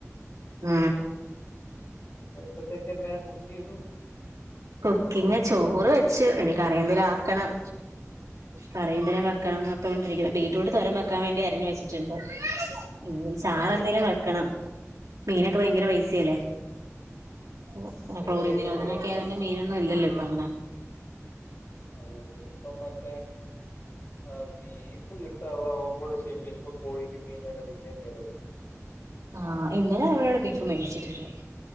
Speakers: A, on the right; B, on the left.
A: ആ
B: വൈകീട്ടതെക്കെല്ലാം കുക്കെയ്തൊ
A: കുക്കിങ് ചോറ് വെച്ചു.. ഇനി.. കറിയെന്തേലും ആക്കണം കറിയന്തേലും വെക്കണം ന്നോർത്തോണ്ടിരിക്ക്ണ്.. ബീറ്റ്റൂട്ട് തോരൻ വെക്കാൻ വേണ്ടി അരിഞ്ഞു വെച്ച്ട്ടുണ്ട് <unintelligible>
B: ഉം.
A: ചാറ് എന്തേലും വെക്കണം മീനൊക്കെ വയങ്കര പൈസെല്ലേ കൊ
B: ഭയങ്കര
A: ക്ലോറിൻ
B: റേറ്റ്
A: നിരോധനൊക്കെ
B: കൂടിയോ
A: ആയോണ്ട് മീനൊന്നും ഇല്ലല്ലോ പ്പ അങ്ങനെ
B: അ ഇനി പ്പം മറ്റേ ആ ബീഫ് കിട്ടാതാവും കൂടെ ചെയ്യും <inaudible> പ്പോ കോഴിക്കും മീൻ <unintelligible> പിന്നേം വെല കൂടും
A: ആ ഇന്നലെ അവടെ ബീഫ് മേടിച്ചിട്ട്ണ്ടായി